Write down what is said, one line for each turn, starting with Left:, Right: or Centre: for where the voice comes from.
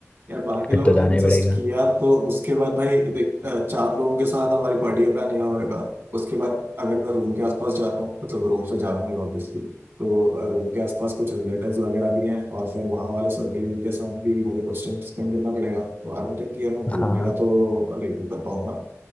Right: यार बाकी
Left: फिर
Right: लोगों
Left: तो जाना
Right: ने इंसिस्ट
Left: ही पड़ेगा
Right: किया तो उसके बाद भाई देख अ, चार लोगों के साथ हमारी पार्टी का प्लान यहाँ होगा उसके बाद अगर मैं रूम के आसपास जाता हूँ मतलब रूम से जाऊंगा ऑब्वियसली तो रूम के आसपास कुछ रिलेटिव्स वगैरह भी हैं और फिर वहाँ वाले सर्कल के साथ भी मुझे कुछ टाइम स्पेंड करना पड़ेगा तो आई डोंट थिंक कि यार मैं घूमने
Left: हाँ
Right: का तो नहीं कर पाऊंगा